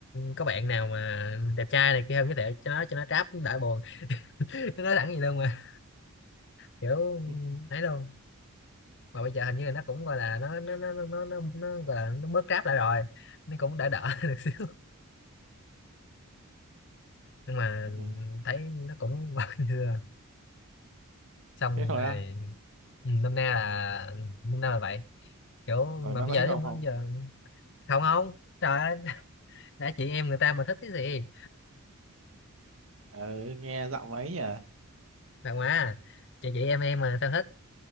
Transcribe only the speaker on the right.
<laughs>
ừ.
thế thôi
á
rồi
nó
có
thích ông
không
ừ, nghe giọng ấy nhỉ